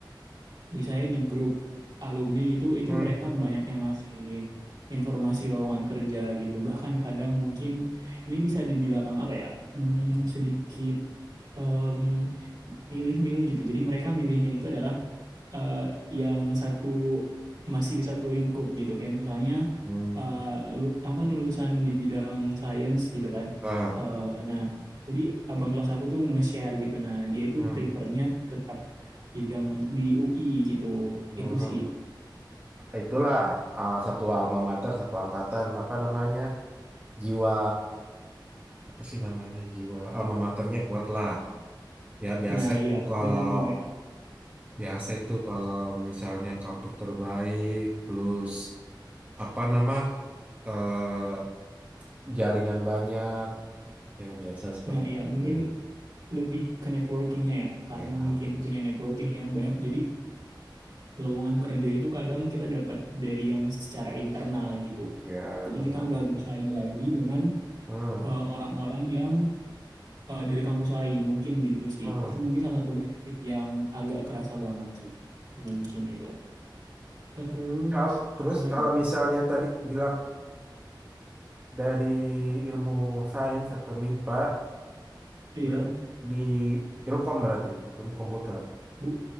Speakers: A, on the right; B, on the right.
A: misalnya di grup alumni gitu, itu
B: hmm.
A: mereka banyak yang ngasih informasi lowongan kerja gitu. Bahkan kadang mungkin ini bisa dibilang apa ya, hmm,
B: Betul.
A: sedikit em milih-milih gitu. Jadi mereka milihnya itu adalah eh, yang satu masih di satu lingkup gitu. Kayak misalnya
B: Hmm.
A: eh, aku kan lulusan di bidang sains gitu kan.
B: Nah,
A: Eh, nah, jadi abang kelas aku tuh nge-share gitu. Nah, dia itu
B: hmm,
A: prefernya tetap yang di UI gitu.
B: hmm.
A: Itu sih.
B: Itulah ah, satu alma mater, satu angkatan, apa namanya? Jiwa apa sih namanya? Jiwa alma maternya kuat lah. Ya biasa
A: Nah,
B: itu
A: iya
B: kalau
A: bisa dibilang itu.
B: biasa itu kalau misalnya kampus terbaik plus apa nama eh, jaringan banyak ya biasa seperti
A: Nah, iya mungkin
B: itu.
A: lebih ke networkingnya ya. Karena
B: Ya, nah,
A: mungkin punya networking yang banyak. Jadi lowongan kerja itu kadang kita dapat dari yang secara internal gitu.
B: ya
A: Jadi
B: benar.
A: kita nggak bersaing lagi dengan
B: Hmm,
A: eh, orang-orang yang eh, dari kampus lain, mungkin gitu sih.
B: hmm.
A: Itu mungkin salah satu benefit yang agak kerasa banget sih, mungkin itu. Terus
B: Kalau terus
A: apa lagi?
B: kalau misalnya tadi bilang dari ilmu sains atau MIPA
A: Iya,
B: berarti di Ilkom berarti ilmu komputer
A: bu